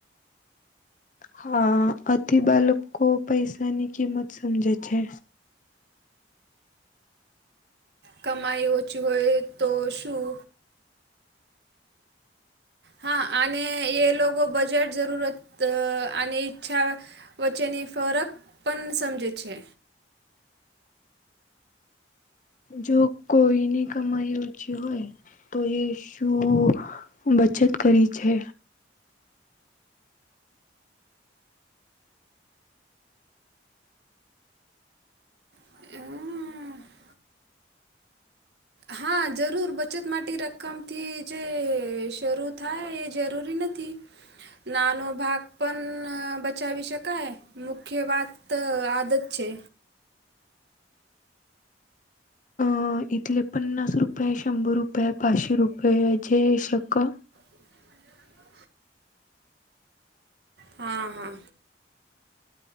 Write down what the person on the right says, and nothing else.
કમાઈ ઓછી હોય તો શું. હા અને એ લોક બજેટ જરૂરત અને ઈચ્છા, વચ્ચેની ફરક પણ સમજે છે.
હ, હા જરૂર બચત માટી રકમથી જે શરૂ થાય એ જરૂરી નથ તે, નાનો ભાગ પણ બચાવી શકાય મુખ્ય વાત આદત છે.
<inaudible> હા હા,